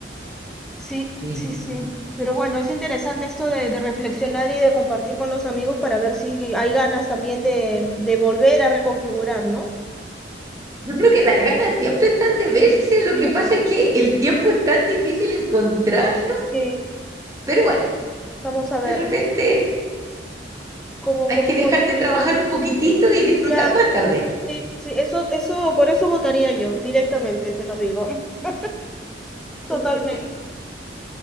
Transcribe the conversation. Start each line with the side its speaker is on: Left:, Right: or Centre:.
Centre: Sí,
Right: Sí.
Centre: sí, sí. Pero bueno, es interesante esto de, de reflexionar y de compartir con los amigos para ver si hay ganas también de, de volver a reconfigurar, ¿no?
Right: Yo creo que las ganas siempre están de verse, lo que
Centre: Mm,
Right: pasa es que el tiempo es tan difícil encontrarlo,
Centre: Sí,
Right: pero bueno,
Centre: vamos a ver
Right: de repente
Centre: cómo,
Right: hay
Centre: cómo
Right: que dejar
Centre: construimos
Right: de trabajar
Centre: nuestra
Right: un poquitito
Centre: sociedad.
Right: y disfrutar
Centre: Ya,
Right: más, tal vez.
Centre: sí, sí, eso, eso, por eso votaría yo, directamente, te lo digo. <laughs> Totalmente.
Right: Qué